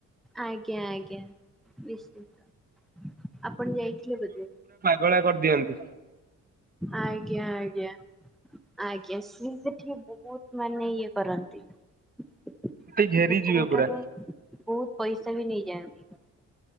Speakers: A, in the centre; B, on the right.
A: ଆଜ୍ଞା ଆଜ୍ଞା। ନିଶ୍ଚିତ ଆପଣ ଯାଇଥିଲେ ବୋଧେ?
B: ଗଳା କରିଦିଅନ୍ତି।
A: ଆଜ୍ଞା ଆଜ୍ଞା ଆଜ୍ଞା ସ ସେଠି ବହୁତ ମାନେ ଇଏ କରନ୍ତି। ଲୋକଙ୍କ
B: ଟି ଘେରିଯିବେ ପୁରା
A: ଠାରୁ ବହୁତ ପଇସା ବି ନେଇଛି। ନ୍ତି <inaudible>